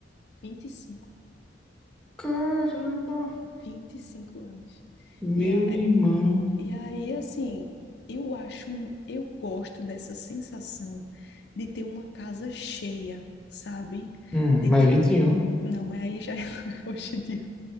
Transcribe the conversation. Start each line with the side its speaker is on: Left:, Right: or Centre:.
Left: vinte vinte e cinco
Centre: Caramba,
Left: vinte e cinco anos.
Centre: meu
Left: E, a,
Centre: irmão.
Left: e aí, assim, eu acho, eu gosto dessa sensação de ter uma casa cheia, sabe?
Centre: Hum,
Left: De
Centre: mas
Left: ter
Centre: 21.
Left: um. Não, mas aí já <laughs> hoje em dia